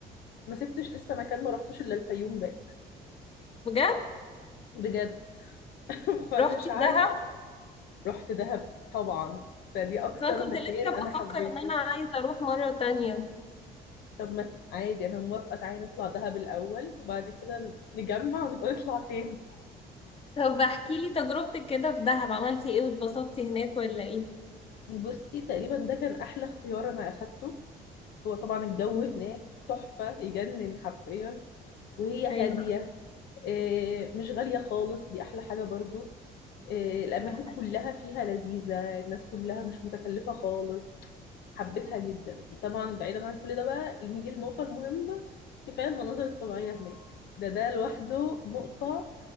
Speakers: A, on the left; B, on the left.
A: ما سبتش لسه مكان ما رحتوش إلا الفيوم باقي
B: بجد؟
A: بجد <laughs> فمش
B: رحتي
A: عارفة
B: دهب؟
A: رحت دهب طبعا فدي أكتر
B: بس أنا كنت
A: مكان
B: لسه بفكر
A: أنا حبيته
B: إن أنا عايزة أروح مرة تانية
A: طب ما عادي أنا موافقة تعالي نطلع دهب الأول وبعد كده نجمع ونبقى نطلع تاني
B: طب احكي لي تجربتك كده في دهب عملتي إيه واتبسطتي هناك ولا إيه؟
A: بصي تقريبا ده كان أحلى اختيار أنا أخدته هو طبعا الجو
B: مم،
A: هناك تحفة يجنن حرفيا وهي هادية
B: أيوه
A: آه، مش غالية خالص دي أحلى حاجة برضو آه، الأماكن
B: ده
A: كلها فيها لذيذة الناس كلها مش متكلفة خالص حبيتها جدا طبعا بعيدا عن كل ده بقى نيجي للنقطة المهمة كفاية المناظر الطبيعية هناك ده ده لوحده نقطة